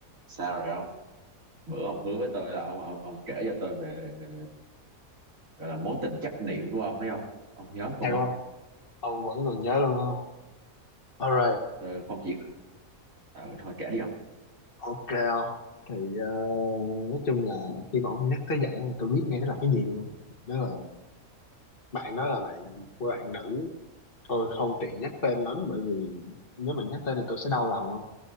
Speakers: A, on the right; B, on the left.
A: sao rồi không bữa ông hứa với tôi là ông ông ông kể cho tôi về ờ, gọi là mối tình chấp niệm của ông đấy không ông nhớ không
B: hay
A: ông
B: quá ông vẫn còn nhớ luôn không alright
A: tôi không chỉ ờ, thôi kể đi không
B: ok không thì ờ, nói chung là khi mà ông nhắc tới vậy thì tôi biết ngay nó là cái gì luôn đó là bạn đó là bạn của bạn nữ tôi không tiện nhắc tên lắm bởi vì nếu mà nhắc tên thì tôi sẽ đau lòng không